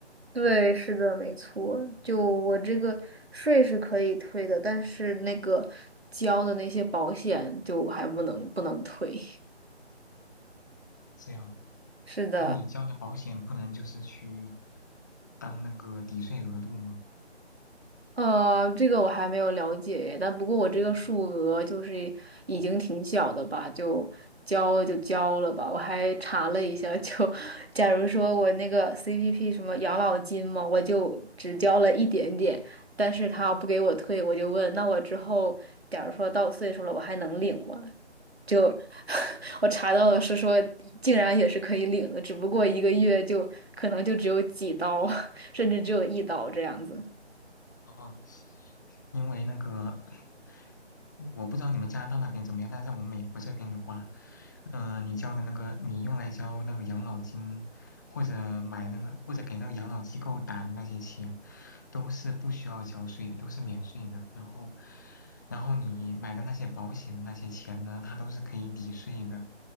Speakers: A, on the right (about 60°); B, on the left (about 15°).
A: 对，是的，没错。就我这个税是可以退的，但是那个交的那些保险就还不能不能退。
B: 这样，
A: <laughs> 是的。
B: 那你交的保险不能就是去当那个抵税额度吗？
A: 呃，这个我还没有了解耶，但不过我这个数额就是已经挺小的吧，
B: 嗯
A: 就交了就交了吧。我还查了一下，<laughs> 就假如说我那个 CPP 什么养老金嘛，我就只交了一点点，但是他不给我退，我就问，那我之后假如说到岁数了，我还能领吗？就 <laughs> 我查到的是说，竟然也是可以领的，只不过一个月就可能就只有几刀，<laughs> 甚至只有一刀这样子。
B: 哦，因为那个。<laughs> 我不知道你们加拿大那边怎么样，但在我们美国这边的话，嗯、呃你交的那个，你用来交那个养老金，或者买那个，或者给那个养老机构打的那些钱，都是不需要交税，都是免税的。然后，然后你买的那些保险的那些钱呢，它都是可以抵税的，